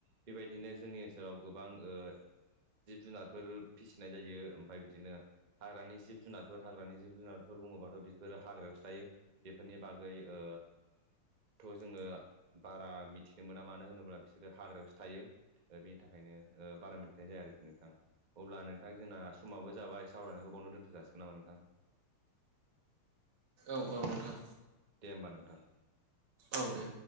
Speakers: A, on the right; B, on the right.
A: बेबायदिनो जोंनि ओनसोलाव गोबां ओ जिब जुनारफोर फिसिनाय जायो ओमफाय बिदिनो हाग्रानि जिब जुनारफोर हाग्रानि जिब जुनारफोर बुङोबाथ' बेफोरो हाग्रायावसो थायो। बेफोरनि बागै ओ थ' जोङो बारा मिथिनो मोना मानो होनोब्ला बिसोरो हाग्रायावसो थायो। ओ बेनि थाखायनो ओ बारा मिथिनाय जाया आरोखि नोंथां। अब्ला नोंथां जोंना समाबो जाबाय सावरायनायखौ बेवावनो दोनथ'जासिगोन नामा नोंथां?
B: औ औ नोंथां।
A: दे होमबा नोंथां।
B: औ दे।